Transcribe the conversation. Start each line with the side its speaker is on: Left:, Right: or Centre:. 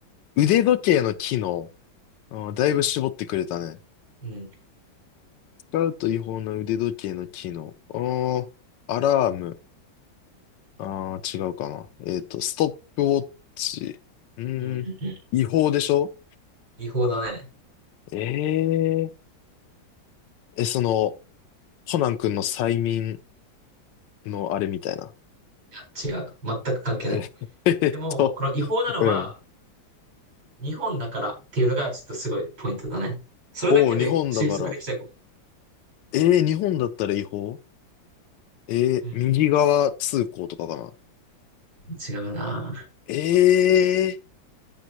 Left: う。腕時計の機能。あーだいぶ絞ってくれたね。
Right: うん。
Left: 使うと違法な腕時計の機能。ああ、アラーム。ああ、違うかな。えっと、ストップウォッチ。うーん、
Right: うん、うん、うん。
Left: 違法でしょ
Right: 違法だね。
Left: ええー。え、その、コナン君の催眠のあれみたいな。
Right: いや、違う。全く関係ない。
Left: えー <laughs> えっと、
Right: でも、この違法なのは
Left: うん。
Right: 日本だからっていうのがちょっとすごいポイントだね。それだけで推測できちゃうかも。
Left: おお、日本だから。えー、日本だったら違法えー、
Right: うん。
Left: 右側通行とかかな。
Right: 違うな。
Left: えー、